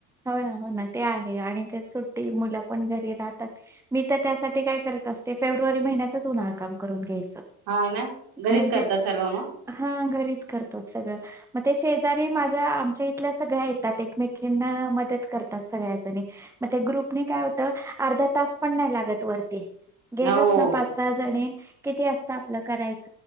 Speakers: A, in the centre; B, on the right.
A: हो ना हो ना ते आहे आणि ते सुट्टी मुलं पण घरी राहतात मी तर त्यासाठी काय करत असते फेब्रुवारी महिन्यातच उन्हाळ काम करून घ्याय च
B: हा ना घरीच
A: म्हणजे
B: करता सर्व मग
A: हा घरीच करतो सगळं मग ते से तरी माझ्या आमच्या इथल्या सगळ्या येतात एकमेकीना मदत करतात सगळ्याजणी म त्या ग्रुप काय होत अर्धा तास पण नाही लागत वरती गेलोत
B: हो
A: ना पाच सहा जणे किती असतं आपलं करायच